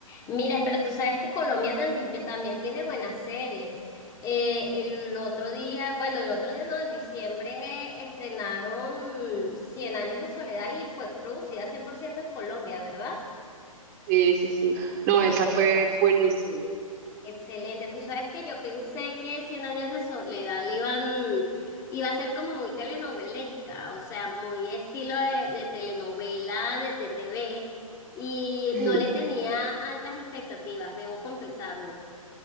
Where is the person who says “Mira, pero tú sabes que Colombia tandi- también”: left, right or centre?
Left